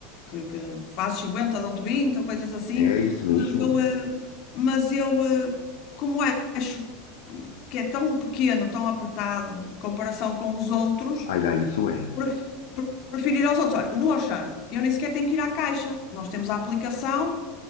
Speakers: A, on the left (about 55°); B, on the left (about 80°).
A: que, que fazes 50, dão-te 20, ou coisas assim,
B: É isso
A: mas
B: mesmo?
A: eu, eh, mas eu eh, como acho que é tão pequeno, tão apertado em comparação com os outros,
B: Ai lá, isso é.
A: pref- pre- prefiro ir aos outros. Olha, no Auchan, eu nem sequer tenho que ir à caixa. Nós temos a aplicação,